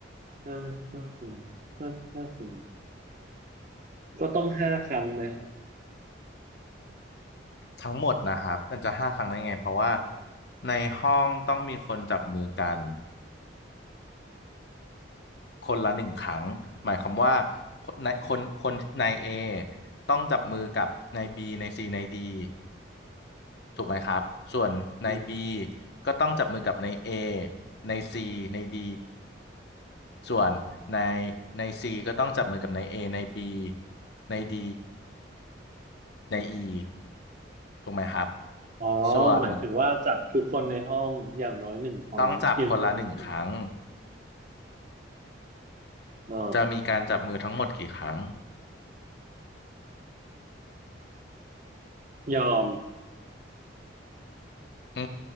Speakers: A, on the right; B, on the left.
A: ห้าห้าคนห้าห้าคนก็ต้องห้าครั้งไหมครับ
B: ทั้งหมดนะครับมันจะห้าครั้งได้ไงเพราะว่าในห้องต้องมีคนจับมือกันคนละหนึ่งครั้งหมายความว่าคนในคนคนนายเอต้องจับมือกับนายบีนายซีนายดี ถูกไหมครับส่วนใน
A: อืม
B: B ก็ต้องจับมือกับใน A ใน C ใน D ส่วนในใน C ก็ต้องจับมือกับใน A ใน B ใน D ใน E ถูกไหมครับ
A: อ๋อ
B: ส่วน
A: หมายถึงว่าจับทุกคนในห้องอย่างน้อยหนึ่งคนอนึ่างนะครับ
B: ต้องจับคนละหนึ่งอืคมรั้ง
A: เออ
B: จะมีการจับมือทั้งหมดกี่ครั้ง
A: ยอม
B: อื